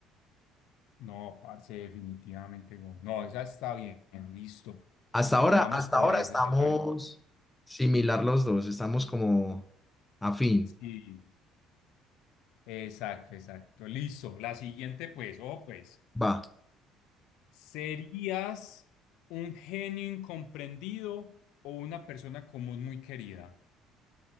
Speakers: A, on the left; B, in the centre.
A: No, parce, definitivamente. güey. No, esa está bien, listo.
B: Hasta ahora,
A: Nos vamos
B: hasta
A: por
B: ahora
A: esa,
B: estamos
A: salvar.
B: similar los dos, estamos como afín.
A: Sí, exacto, exacto. Listo. La siguiente, pues, oh, pues,
B: Va.
A: ¿serías un genio incomprendido o una persona común muy querida?